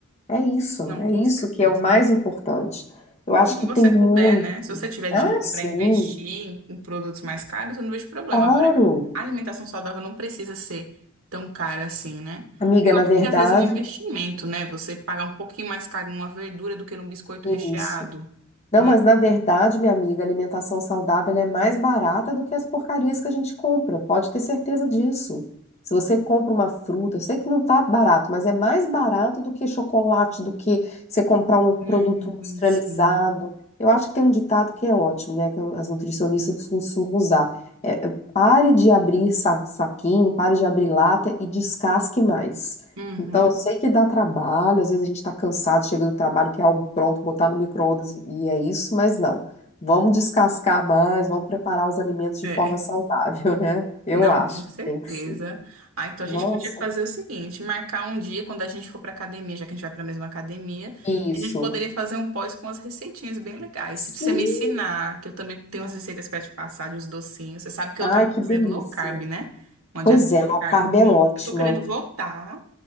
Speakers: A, on the left; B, on the right.
A: É isso,
B: Não,
A: é
B: com
A: isso
B: certeza.
A: que é o mais importante. Eu acho
B: Com o que
A: que
B: você
A: tem muito.
B: puder, né? Se você tiver
A: Ah,
B: dinheiro
A: sim,
B: para investir em, em produtos mais caros, eu não vejo problema.
A: claro.
B: Agora, a alimentação saudável não precisa ser tão cara assim, né?
A: Amiga,
B: E
A: na
B: outro
A: verdade,
B: que às vezes é um investimento, né? Você pagar um pouquinho mais caro numa verdura do que num biscoito recheado,
A: isso. Não,
B: né?
A: mas na verdade, minha amiga, a alimentação saudável ela é mais barata do que as porcarias que a gente compra. Pode ter certeza disso. Se você compra uma fruta, eu sei que não tá barato, mas é mais barato do que chocolate, do que você comprar um produto
B: Hum,
A: industrializado.
B: sim.
A: Eu acho que tem um ditado que é ótimo, né? Que as nutricionistas costumam usar. É, é, pare de abrir sa- saquinho, pare de abrir lata e descasque mais.
B: Uhum.
A: Então, eu sei que dá trabalho, às vezes a gente está cansado, chega do trabalho, quer algo pronto, botar no micro-ondas e e é isso, mas não. Vamos descascar mais, vamos preparar os alimentos de
B: É.
A: forma saudável, <laughs> né? Eu
B: Não,
A: acho
B: com certeza.
A: que tem que ser.
B: Ah, então a
A: Nossa,
B: gente podia fazer o seguinte, marcar um dia quando a gente for para academia, já que a gente vai para a mesma academia,
A: isso.
B: a gente poderia fazer um pós com as receitinhas bem legais.
A: Sim!
B: Se você me ensinar, que eu também tenho as receitas para te passar de os docinhos. Você sabe que
A: Ai,
B: eu tava
A: que delícia.
B: fazendo low carb, né? Uma
A: Pois
B: dieta
A: é,
B: low
A: low
B: carb.
A: carb
B: Então,
A: é ótima.
B: eu tô querendo voltar